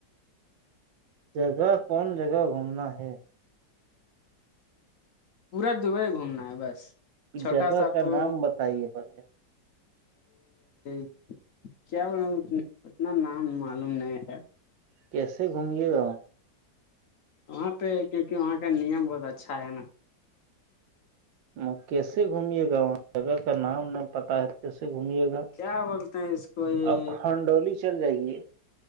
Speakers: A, on the right (about 90°); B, on the left (about 55°).
A: جگہ کون جگہ گھومنا ہے
B: پورا دبئی گھومنا ہے بس چھوٹا
A: جگہ
B: سا
A: کا
B: تو
A: نام بتائیے پہلے
B: <inaudible> کیا اتنا نام معلوم نہیں ہے
A: کیسے گھومے گا ہ
B: وہاں پہ کیونکہ وہاں کا نیم بہت اچھا ہے نا
A: وہ کیسے گھمیے گا وہاں جگہ کا نام نہ پتا ہے کیسے گھمیے گا
B: کیا بولتے ہیں اس کو یہ
A: آپ کھنڈولی چل جائے گی